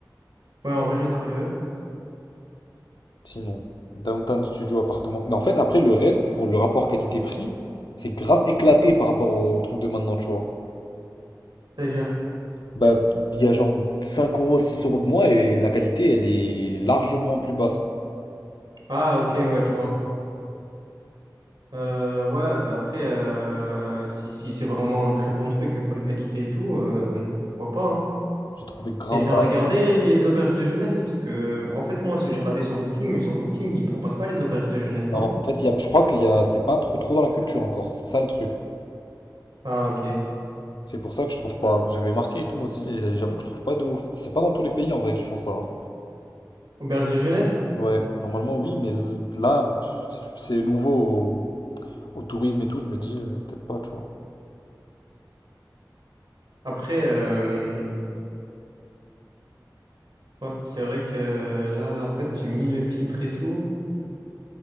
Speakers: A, on the right (about 90°); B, on the left (about 90°).
A: Ouais, enregistre-le.
B: Sinon, Downtown Studio appartement. Mais en fait, après, le reste, pour le rapport qualité-prix, c'est grave éclaté par rapport au truc de maintenant, tu vois.
A: C'est-à-dire.
B: Bah, il y a genre 5 euros, 6 euros de moins et la qualité, elle est largement plus basse.
A: Ah, ok, ouais, je vois. Euh, ouais, bah après, euh, si, si c'est vraiment un très bon truc, à bonne qualité et tout, euh, pourquoi pas, hein.
B: J'ai trouvé Granda.
A: Et t'as regardé les auberges de jeunesse? Parce que, en fait, moi, j'ai regardé sur Booking, mais sur Booking, ils proposent pas les auberges de jeunesse,
B: Non,
A: non?
B: en fait, il y a, je crois qu'il y a, c'est pas trop trop dans la culture encore. C'est ça le truc.
A: Ah, ok.
B: C'est pour ça que je trouve pas. J'avais marqué et tout moi aussi. et J'avoue que je trouve pas de ouf. C'est pas dans tous les pays en vrai qui font ça. hein.
A: Auberge de jeunesse?
B: Ouais, normalement oui, mais l- là, pff, c'est nouveau au, au tourisme et tout. Je me dis euh, peut-être pas, tu vois.
A: Après, euh, ouais, c'est vrai que là, là, en fait, j'ai mis le filtre et tout.